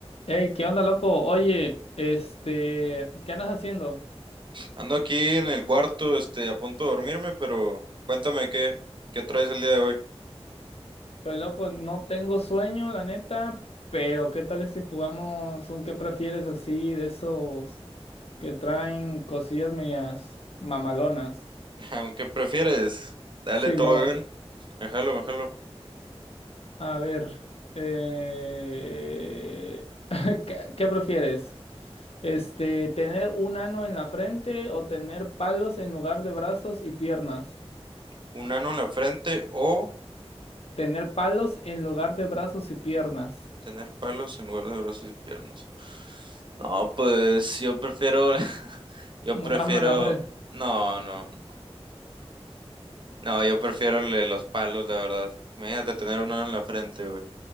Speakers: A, on the left; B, on the right.
A: Ey, ¿qué onda, loco? Oye, este, ¿qué andas haciendo?
B: Ando aquí en el cuarto, este, a punto de dormirme, pero cuéntame qué, qué traes el día de hoy.
A: Pues, loco, no tengo sueño, la neta, pero ¿qué tal si jugamos un qué prefieres así de esos que traen cosillas medias mamalonas?
B: <laughs> Aunque prefieres, dale
A: Simón,
B: todo bien, me jalo, me jalo.
A: a ver, eh, <laughs> ¿qué, qué prefieres? Este, ¿tener un ano en la frente o tener palos en lugar de brazos y piernas?
B: Un ano en la frente o
A: Tener palos en lugar de brazos y piernas.
B: tener palos en lugar de brazos y piernas. No, pues yo prefiero, <laughs> yo prefiero,
A: Un ano en la pared.
B: no, no, no, no, yo prefiero el de los palos, la verdad. Imagínate tener un ano en la frente, güey.